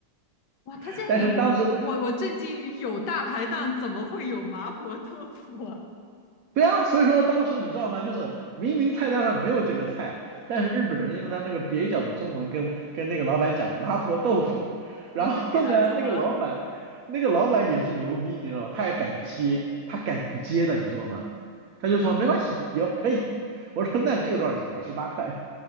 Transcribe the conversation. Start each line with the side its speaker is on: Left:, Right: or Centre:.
Left: 哇，
Right: <laughs>
Left: 它竟然有，
Right: 但是当时
Left: 我我震惊于有大排档怎么会有麻婆豆腐啊？
Right: 对啊，所以说当时你知道吗？就是明明菜单上没有这个菜，但是日本人呢用他那个蹩脚的中文跟跟那个老板讲麻婆豆腐，然后呢那个老板那个老板也是牛逼，
Left: 然后就给他做了，
Right: 你知道吗？他还敢接，他敢接的，你知道吗？他就说没关系，有可以。我说那这个多少钱啊？十八块，